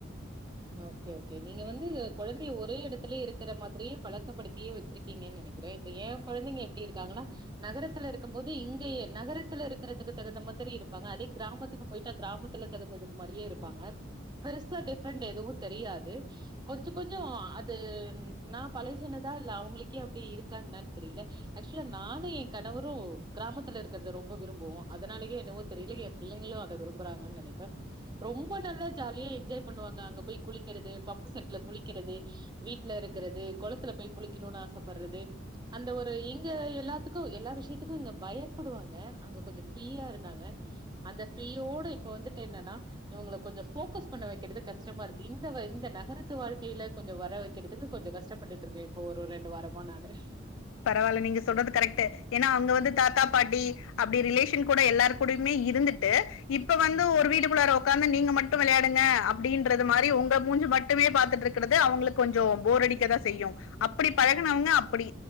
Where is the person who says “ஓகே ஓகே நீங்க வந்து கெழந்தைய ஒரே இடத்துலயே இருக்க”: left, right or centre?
Right